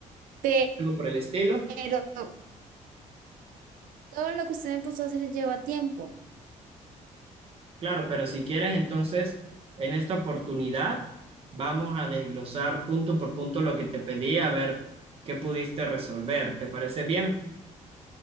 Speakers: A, on the right; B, on the right.
A: pe-
B: algo por el estilo.
A: pero todo lo que usted me puso a hacer lleva tiempo.
B: Claro, pero si quieres, entonces en esta oportunidad vamos a desglosar punto por punto lo que te pedí, a ver qué pudiste resolver. ¿Te parece bien?